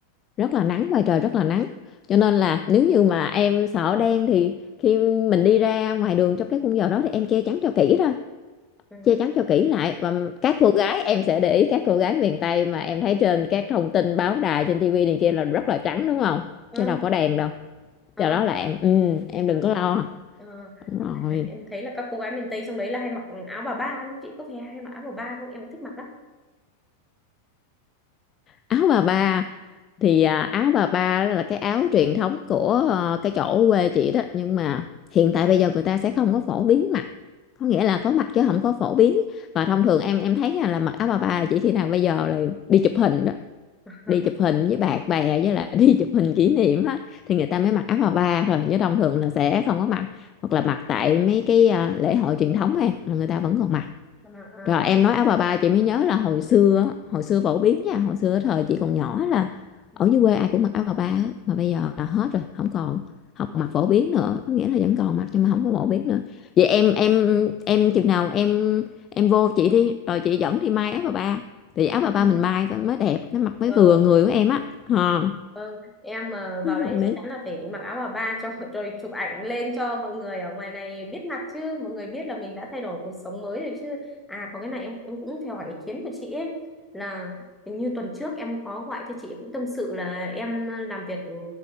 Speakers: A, on the left; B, in the centre.
A: rất là nắng ngoài trời rất là nắng cho nên là nếu như mà em sợ đen thì khi mình đi ra ngoài đường trong cái khung giờ đó thì em che chắn cho kỹ thôi
B: Ờ,
A: che chắn cho kỹ lại và các cô gái em sẽ để ý các cô gái miền Tây mà em thấy trên các thông tin báo đài trên tivi này kia là rất là trắng đúng không
B: ờ,
A: chứ đâu có đèn đâu
B: ờ,
A: do đó là em ừ, em
B: ờ,
A: đừng có lo
B: ờ.
A: đúng rồi
B: À, em thấy là các cô gái miền Tây trong đấy là hay mặc áo bà ba không chị có phải hay mặc áo bà ba không em cũng thích mặc đó
A: áo bà ba thì à, áo bà ba là cái áo truyền thống của ờ, cái chỗ quê chị đó nhưng mà hiện tại bây giờ người ta sẽ không có phổ biến mặc có nghĩa là có mặc chứ không có phổ biến và thông thường em em thấy à, là mặc áo bà ba là chỉ khi nào bây giờ là đi chụp hình đó
B: <laughs>
A: đi chụp hình với bạn bè với lại <laughs> đi chụp hình kỷ niệm á thì người ta mới mặc áo bà ba rồi chứ thông thường là sẽ không có mặc hoặc là mặc tại mấy cái à, lễ hội truyền thống em là người ta vẫn còn mặc
B: Ờ, ờ,
A: rồi em
B: ờ.
A: nói áo bà ba chị mới nhớ là hồi xưa á, hồi xưa phổ biến nha hồi xưa thời chị còn nhỏ là
B: Ừ.
A: ở dưới quê ai cũng mặc áo bà ba á, mà bây giờ là hết rồi không còn không
B: Ừ.
A: mặc phổ biến nữa có nghĩa là vẫn còn mặc nhưng mà không có phổ biến nữa vậy em em em chừng nào em em vô chị đi rồi chị dẫn đi may áo bà ba thì áo
B: Ừ.
A: bà ba mình may
B: Ừ.
A: phải mới đẹp nó mặc mới
B: Vâng.
A: vừa người của em á Ờ.
B: Vâng, em mà
A: không
B: vào đấy thì
A: biết
B: chắc chắn là phải mặc áo bà ba cho rồi chụp ảnh lên cho mọi người ở ngoài này biết mặt chứ mọi người biết là mình đã thay đổi cuộc sống mới rồi chứ à có cái này em em cũng theo hỏi ý kiến của chị ấy là hình như tuần trước em có gọi cho chị cũng tâm sự là em làm việc ừ,